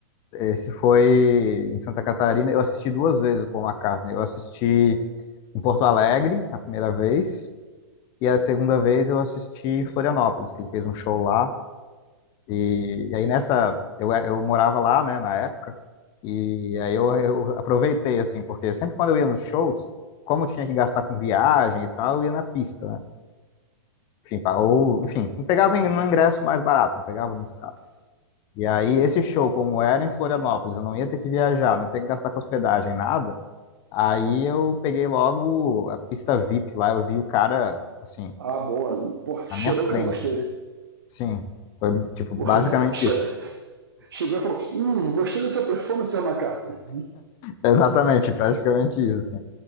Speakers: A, on the left; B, on the right.
A: Esse foi em Santa Catarina. Eu assisti duas vezes o Paul McCartney. Eu assisti em Porto Alegre, a primeira vez, E a segunda vez eu assisti em Florianópolis, que ele fez um show lá. E, e aí nessa, eu, eu morava lá, né, na época. E aí eu, eu aproveitei, assim, porque sempre quando eu ia nos shows, como eu tinha que gastar com viagem e tal, eu ia na pista, né? Enfim, pa- ou, enfim, não pegava um ingresso mais barato, não pegava muito caro. E aí esse show, como era em Florianópolis, eu não ia ter que viajar, não ia ter que gastar com hospedagem, nada. Aí eu peguei logo a pista VIP lá, eu vi o cara, assim,
B: Ah, boa. Porra, cheirou
A: na minha frente.
B: que eu não gosto dele.
A: Sim, foi tipo basicamente
B: Porra, Che-
A: isso.
B: Chegou e falou, hum, gostei da sua performance, seu McCartney.
A: Exatamente, praticamente isso, assim.